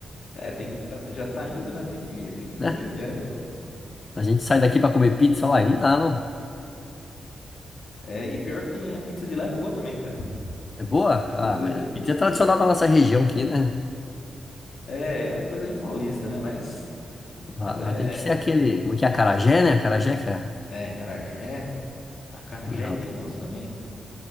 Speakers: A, on the left (about 55°); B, on the left (about 25°).
A: É, tem, tá- já tá indo, né? Tem que, tem que curtir
B: Né?
A: a viagem, pô.
B: A gente sai daqui pra comer pizza lá e não dá, não.
A: É, e pior que tem a pizza de lá é boa também, cara.
B: É boa?
A: Às
B: Ah,
A: vezes
B: mas a pizza é tradicional da nossa região aqui, né?
A: é, é é uma coisa de paulista, né? Mas, mas
B: Lá, lá
A: é.
B: tem que ser aquele, como é que é? Acarajé, né? Acarajé que é.
A: É, acarajé. Acarajé
B: Não,
A: e tem
B: cara.
A: um outro também.